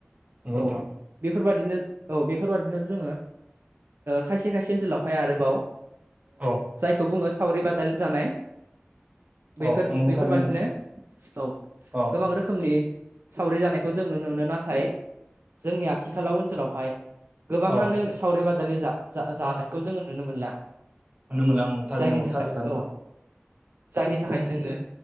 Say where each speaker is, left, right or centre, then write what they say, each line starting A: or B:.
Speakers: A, on the right; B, on the right.
A: नंगौ नोंथां
B: औ बेफोरबादिनो। औ बेफोरबादिनो जोङो खायसे खायसे ओनसोलावहाय आरोबाव
A: औ
B: जायखौ बुङो सावरि बादालि जानाय। बैफोर
A: औ नंगौ
B: बैफोरबादिनो
A: थारैनो नोंथां
B: औ
A: औ
B: गोबां रोखोमनि सावरि जानाय खौ जों नुनो मोनो नाथाय जोंनि आथिखालाव ओनसोलावहाय गोबाङानो
A: औ
B: सावरि बादालि जा-जानायखौ जोङो नुनो मोनला
A: <unintelligible>
B: जायनि
A: नंगौ
B: थाखाय
A: थार खोथा नोंथां
B: औ जायनि थाखाय जोङो